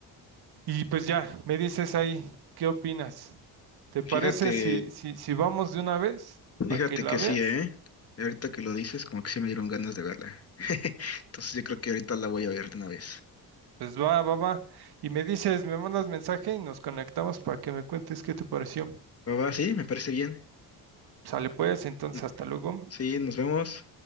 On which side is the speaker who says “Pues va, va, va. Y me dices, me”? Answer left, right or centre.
Right